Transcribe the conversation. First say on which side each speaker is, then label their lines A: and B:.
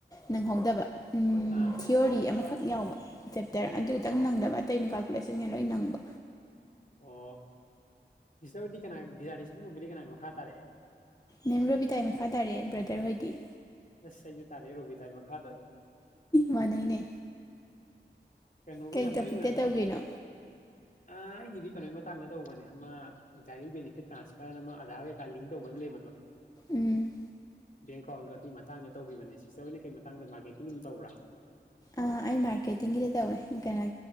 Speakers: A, on the left; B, on the left.
A: ꯅꯪꯍꯧꯗꯕ ꯎꯝ
B: ꯑꯥ
A: ꯊꯤꯑꯣꯔꯤ ꯑꯃꯈꯛ ꯌꯥꯎꯕ ꯆꯦꯞꯇꯔ ꯑꯗꯨꯇꯪ ꯅꯪꯗꯕ ꯑꯇꯩꯅ ꯀꯥꯜꯀꯨꯂꯦꯁꯟꯉꯩ ꯂꯣꯏ ꯅꯪꯕ
B: ꯑꯣ ꯁꯤꯁꯇꯔꯗꯤ ꯀꯅꯥ ꯗꯤꯖꯥꯔꯇꯦꯁꯟꯒꯨꯝꯕꯗꯤ ꯀꯅꯥꯒꯤ ꯃꯈꯥꯗ ꯇꯥꯔꯛꯏ
A: ꯃꯦꯝ ꯔꯣꯕꯤꯇꯥꯒꯤ ꯃꯈꯥ ꯇꯥꯔꯦ ꯕ꯭ꯔꯗꯔ ꯍꯣꯏꯗꯤ
B: ꯑꯁ ꯑꯩꯖꯨ ꯇꯥꯔꯛꯑꯦ ꯔꯣꯕꯤꯇꯥꯥꯢ ꯃꯈꯥꯗ
A: ꯃꯥꯟꯅꯩꯅꯦ
B: ꯀꯩꯅꯣꯒ
A: ꯀꯩ
B: ꯌꯥꯝ
A: ꯇꯣꯄꯤꯛꯇ
B: ꯇꯣꯏꯅ ꯎꯅꯗ꯭ꯔꯣ
A: ꯇꯧꯒꯦꯅꯣ
B: ꯑ ꯑ ꯑꯩꯒꯤꯗꯤ ꯀꯩꯅꯣꯒꯤ ꯃꯇꯥꯡꯗ ꯇꯧꯕꯅꯦ ꯑꯃ ꯗꯥꯏꯔꯦꯛ ꯕꯦꯅꯤꯐꯤꯠ ꯇ꯭ꯔꯥꯟꯁꯐꯔꯅ ꯑꯃ ꯑꯙꯥꯔ ꯀꯩꯀꯥ ꯂꯤꯡ ꯇꯧꯕꯩ ꯑꯃ ꯂꯩꯕꯗꯣ
A: ꯎꯝ
B: ꯕꯦꯡ ꯑꯦꯀꯥꯎꯟꯒ ꯑꯗꯨꯒꯤ ꯃꯇꯥꯡꯗ ꯇꯧꯒꯤꯕꯅꯦ ꯁꯤꯁꯇ꯭ꯔ ꯍꯣꯏꯅ ꯀꯩ ꯃꯇꯥꯡꯗ ꯃꯥꯔꯀꯦꯇꯤꯡ ꯑꯗꯨꯝ ꯇꯧꯕ꯭ꯔꯥ
A: ꯑ ꯑꯩ ꯃꯥꯔꯀꯦꯇꯤꯡꯒꯤꯗꯤ ꯇꯧꯋꯦ ꯀꯩꯅꯣ